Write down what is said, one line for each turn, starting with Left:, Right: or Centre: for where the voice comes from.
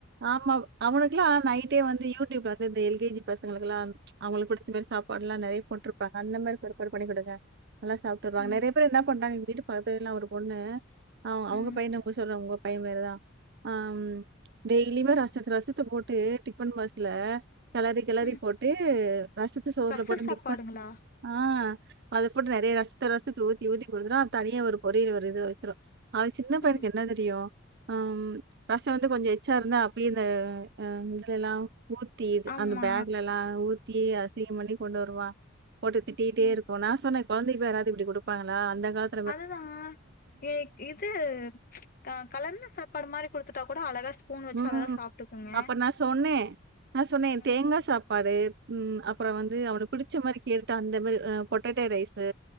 Right: ஆமா அவனுக்கெல்லா நைட்டே வந்து யூடூயூப்ல வந்து இந்த எல்கேஜி பசங்களுக்கெல்லா அவுங்களுக்கு பிடிச்ச மாரி சாப்பாடு ல்லா நெறைய போட்ருப்பாங்க அந்த மாரி ப்ரிபர் பண்ணி கொடுங்க நல்லா சாப்ட்டுறாங்க
Left: ம்,
Right: நெறைய பேரு என்ன பண்றாங்க எங்க வீட்டு பக்கத்துவீட்ல ஒரு பொண்ணு அவ அவுங்க
Left: ம்,
Right: பையன உங்க சொல்றாங்க பைய பேரு தா அம் டெய்லியுமே ரசத்த ரசத்த போட்டு டிஃபன் பாக்ஸ்ல கெளரி கெளரி
Left: ம்.
Right: போட்டு ரசத்த சோறுல
Left: ரச
Right: போட்டு
Left: சாப்பாடுங்களா?
Right: மிக்ஸ் பண் ஆ அத போட்டு நெறைய ரசத்த ரசத்த ஊத்தி ஊத்தி குடுத்துடு தனியா ஒரு பொரியல் ஒரு இது வச்சுரு அது சின்ன பையனுக்கு
Left: ம்.
Right: என்ன தெரியு ம் ரசொ வந்து கொஞ்ச எச் மிச்ச இருந்தா அப்டியே இந்த இதுலலஊத்தி
Left: ஆமா.
Right: அந்த பேக்லல்லா ஊத் த்தி அசிங்கம் பண்ணி கொண்டு வருவா போட்டு திட்டிட்டே
Left: ம்.
Right: இருக்கு நா சொன்ன கொழந்தக்கி வெராவது இப்டி கொடுப்பாங்களா அந்த காலத்
Left: அதுதா இ இது க கலந்த சாப்பாடு மாரி குடுத்துட்டா கூட அழகா ஸ்பூன் வச்சு
Right: ம்
Left: அழகா சாப்ட்டுக்குங்க.
Right: அப்ப நா சொன்னே நா சொன்னே
Left: ம்.
Right: தேங்கா சாப் சாப்பாடு ம் அப்புறொ வந்து அவனுக்கு புடிச்ச மாரி கேட்டு அந்த மாரி பொட்டேட்டோ ரைஸு